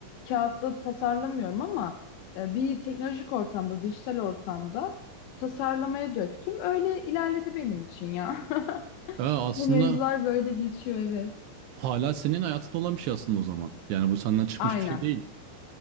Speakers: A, on the left; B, on the right.
A: kağıtta tasarlamıyorum ama e, bir teknolojik ortamda, dijital ortamda tasarlamaya döktüm. Öyle ilerledi benim için ya.
B: Ee, aslında
A: <laughs> Bu mevzular böyle geçiyor evet.
B: hala senin hayatında olan bir şey aslında o zaman. Yani bu senden çıkmış
A: Aynen.
B: bir şey değil.